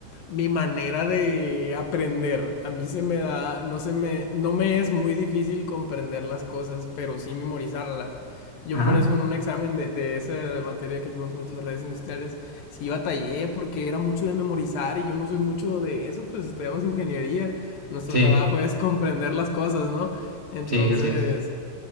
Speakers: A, on the left; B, on the right.
A: mi manera de aprender. A mí se me da, no se me, no me es muy difícil comprender las cosas, pero sí memorizarlas. Yo
B: Ajá.
A: por eso en un examen de, de esa materia que fuimos juntos de redes industriales, sí batallé porque era mucho de memorizar y yo no soy mucho de eso, pues estudiamos ingeniería. Nuestro
B: Sí,
A: trabajo es comprender las cosas, ¿no? Entonces,
B: sí, así es.